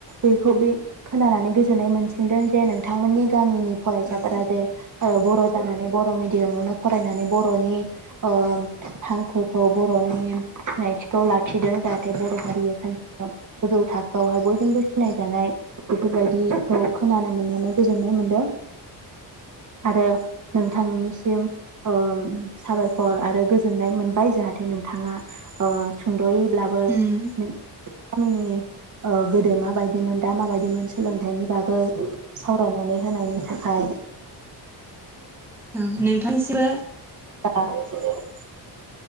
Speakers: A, on the right; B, in the centre.
A: बेखौ बे खोनानानै गोजोननाय मोनसिनदों जे नोंथांमोननि। गामिनि फरायसाफोरा
B: ओं
A: जे। बर' जानानै बर' मिडियामावनो फरायनानै बर'नि। ओ हांखोखौ बर'नि सिनायथिखौ लाखिदों जाहाथे बर' हारिया सानसे सम गोजौ थाखोआवहाय बयजोंबो सिनायजानाय बेफोरबायदिखौ खोनानो मोननानै गोजोननाय मोनदों आरो नोंथांनिसिम ओ साबायख र आरो गोजोननाय मोनबाय जाहाथे नोंथाङा ओ सुंद'यै। ब्लाबो।
B: उम
A: गामिनि गोदो माबायदिमोन दा माबायदिमोन सोलोंथाइनि बागै सावरायनानै होनायनि थाखाय।
B: ओं नोंथांसिमबो।
A: <unintelligible> <unintelligible>